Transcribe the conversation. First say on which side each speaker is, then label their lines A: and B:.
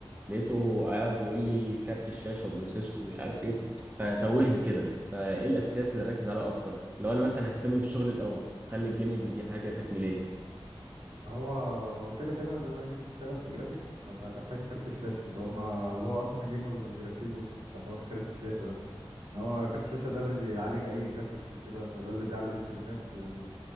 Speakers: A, on the right; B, on the right.
A: لقيته قاعد يقول لي كارت الشاشة وبروسيسور ومش عارف ايه فتوهني كده فايه الاساسيات اللي ركز عليها اكتر لو انا مثلا ههتم بالشغل الاول خلي الجيمنج دي حاجة تكميلية
B: هو هو كده كده بما إنك بتشتغل في الجرافيكس فأنت هتحتاج كارت الشاشة اللي هما اللي هو أصلا الجيمرز بيركزوا في حوار كارت الشاشة ده إن هو كارت الشاشة ده اللي بيعالج أي جرافيك وكده فده اللي بيعلي الفريمات و...